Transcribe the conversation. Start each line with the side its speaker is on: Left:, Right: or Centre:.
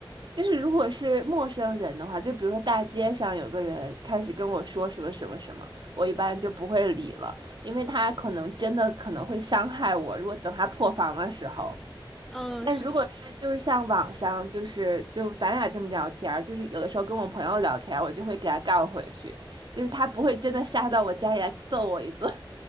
Right: 就是如果是陌生人的话，就比如说大街上有个人开始跟我说什么什么什么，我一般就不会理了，因为他可能真的可能会伤害我。如果等他破防的时候，
Centre: 嗯，
Right: 但如果是就是像网上就是就咱俩这么聊天儿，
Centre: 是的，
Right: 就是有的时候跟我朋友聊天儿，我就会给他杠回去，就是他不会真的杀到我家里来揍我一顿。